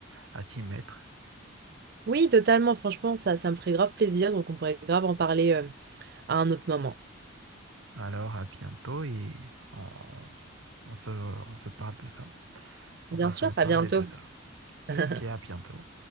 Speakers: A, on the right (about 75°); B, on the right (about 50°).
A: à t'y mettre.
B: Oui, totalement, franchement, ça, ça me ferait grave plaisir, donc on pourrait grave en parler euh, à un autre moment.
A: Alors, à bientôt et on, on se, on se parle de ça. On
B: Bien
A: va
B: sûr,
A: se reparler
B: à bientôt.
A: de ça.
B: <laughs>
A: Ok, à bientôt.